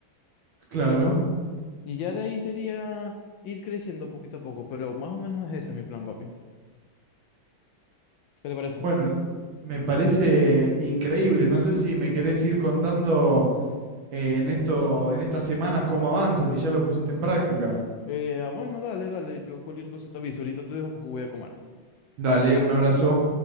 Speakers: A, on the right; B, on the left.
A: claro.
B: Y ya de ahí sería ir creciendo poquito a poco, pero más o menos es ese mi plan, papi. ¿Qué te parece?
A: Bueno, me parece increíble. No sé si me querés ir contando eh, en esto, en estas semanas cómo avanzas, si ya lo pusiste en práctica.
B: Eh, ah, bueno, dale, dale, yo cualquier cosa te aviso, ahorita te dejo porque voy a comer.
A: Dale, un abrazo.